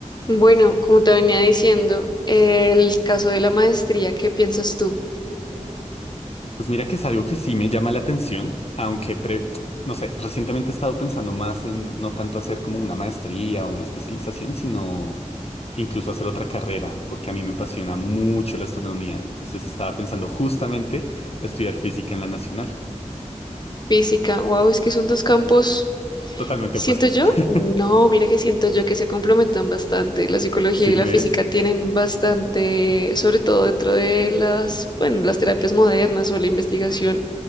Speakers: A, on the left; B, on the left.
A: Bueno, como te venía diciendo, el caso de la maestría, ¿qué piensas tú?
B: Pues mira que es algo que sí me llama la atención, aunque, pre- no sé, recientemente he estado pensando más en no tanto hacer como una maestría o una especialización, sino incluso hacer otra carrera, porque a mí me apasiona mucho la astronomía. Entonces estaba pensando justamente estudiar física en la nacional.
A: Física, wow, es que son dos campos,
B: Totalmente
A: siento
B: opuestas.
A: yo,
B: <laughs>
A: no, mira que siento yo que se complementan bastante. La psicología
B: ¿Sí
A: y la
B: crees?
A: física tienen bastante, sobre todo dentro de las, bueno, las terapias modernas o la investigación.